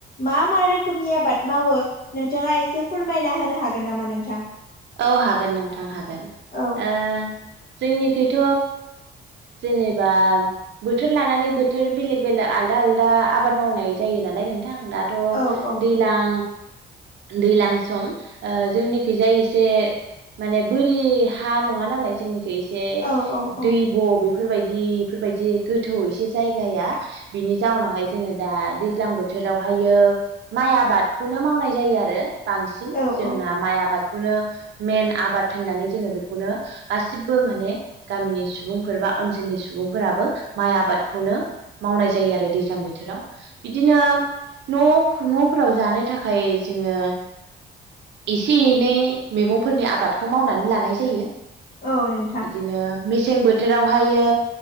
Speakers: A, on the left; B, on the right.
A: मा मा रोखोमनि आबाद मावो? नोंथाङा एसे फोरमायना होनो हागोन नामा नोंथां?
B: औ हागोन नोंथां हागोन
A: औ
B: ओ जोंनिखैथ' जेनेबा बोथोर लानानै बोथोर बेलेग बेलेग आलदा आलदा आबाद मावनाय जायो नालाय नों दाथ'
A: औ औ
B: दैलां दैलां सम ओ जोंनिखिजाय एसे माने बोरि हा नङा नालाय जोंनिखौ एसे
A: औ औ
B: दै ब' फोरबायदि बेफोरबायदि गोथौ एसे जायगाया बिनि जाउनावहाय जोङो दा दैज्लां बोथोर बोथोरावहायो माइ आबादखौनो मावनाय जायो आरो बांसिन
A: औ
B: जोंना
A: औ
B: माइ आबाद बेखौनो मेइन आबाद होननानै जोङो बेखौनो गासिबो माने गामिनि सुबुंफोर बा ओनसोलनि सुबुंफोराबो माइ आबादखौनो मावनाय जायो आरो दैज्लां बोथोराव बिदिनो न'आव न'फोराव जानो थाखाय जोङो एसे एनै मैगंफोरनि आबादखौ मावनानै लानाय जायो।
A: औ नोंथां
B: बिदिनो मेसें बोथोरावहायो